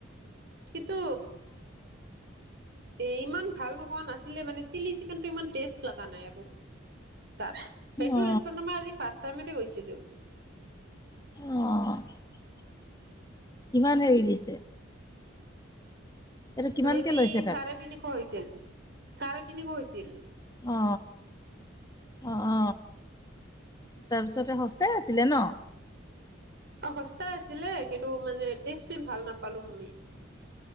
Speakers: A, on the right; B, on the left.
A: কিন্তু এ ইমান ভাল হোৱা নাছিল। মানে চিলি চিকেন টো ইমান টেষ্ট লগা নাই আৰু তাত সেইটো
B: অ
A: ৰেষ্টুৰেণ্টত মই আজি ফাৰ্ষ্ট মতে গৈছিলো।
B: অ কিমান হেৰি দিছে? এইটো কিমানকে
A: মে বি
B: লৈছে তাত
A: চাৰে তিনিশ হৈছিল চাৰে তিনিশ হৈছিল
B: অ অ অ তাৰপিছতে সস্তাই আছিলে ন
A: অ সস্তা আছিলে কিন্তু মানে তেছ তো ভাল নাপালো আমি